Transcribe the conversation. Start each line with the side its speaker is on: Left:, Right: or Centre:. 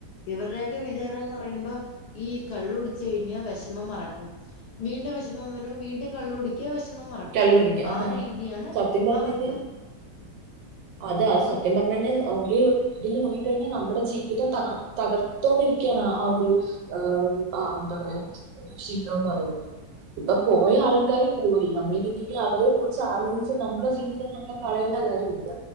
Left: ഇവരുടെയൊക്കെ വിചാരംന്ന് പറയുമ്പോം ഈ കള്ളുടിച്ച കഴിഞ്ഞ വിഷമം മറക്കും വീണ്ടും വിഷമം വരുമ്പം വീണ്ടും കള്ളള് കുടിക്കാം വിഷമം മറക്കും
Right: കള്ള് കുടിക്കുക. അതാ
Left: ആ രീതിയാണ്
Right: സത്യം പറഞ്ഞു
Left: അവർക്ക്
Right: കഴിഞ്ഞാൽ അതാ സത്യം സത്യംപറഞ്ഞു കഴിഞ്ഞാൽ ഒരു ഇതിൽ നോക്കികഴിഞ്ഞാൽ നമ്മുടെ ജീവിതം തർ തകർത്തോണ്ടിരിക്കുകയാണ് ആ ഒരു ആ ആ എന്താ പറയാ ശീലംന്ന് പറയുന്നത് ഇപ്പൊ പോയ ആൾക്കാര് പോയി നമ്മളിപ്പോ ഇനി അവരെ കുറിച്ച് ആലോചിച്ച് നമ്മുടെ ജീവിതം നമ്മളെ കളയേണ്ട കാര്യം ഇല്ല